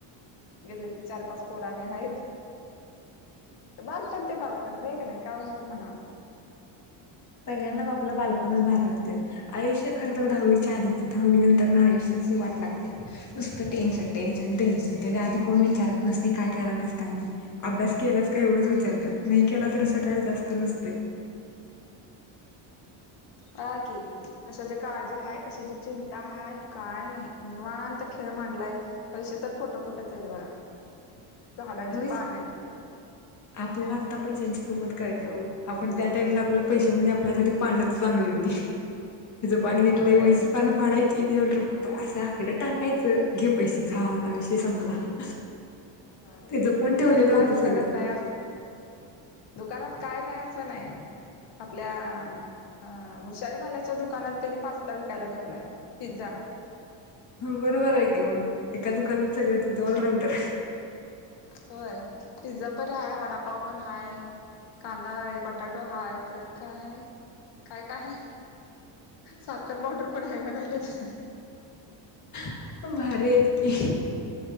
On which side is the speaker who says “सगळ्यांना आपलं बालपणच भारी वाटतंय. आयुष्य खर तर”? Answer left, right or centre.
Left